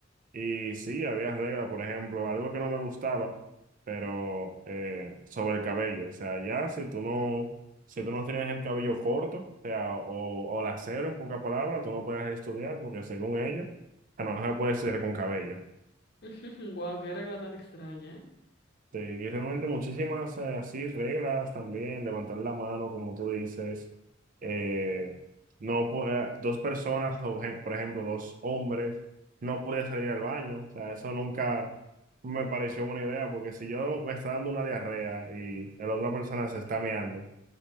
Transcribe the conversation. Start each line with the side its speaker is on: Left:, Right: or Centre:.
Right: Y sí, había reglas, por ejemplo, algo que no me gustaba, pero eh, sobre el cabello. O sea, ya si tú no, si tú no tenías el cabello corto, o sea, o, o la cero en pocas palabras, tú no podías estudiar porque según ella, no se puede estudiar con cabello.
Left: <laughs> Wow, qué regla tan extraña, ¿eh?
Right: Sí, y realmente muchísimas eh, así reglas también, levantar la mano, como tú dices. Eh, no pu- eh, dos personas, o ejem- por ejemplo, dos hombres, no podían salir al baño. O sea, eso nunca me pareció buena idea, porque si yo me está dando una diarrea y la otra persona se está meando,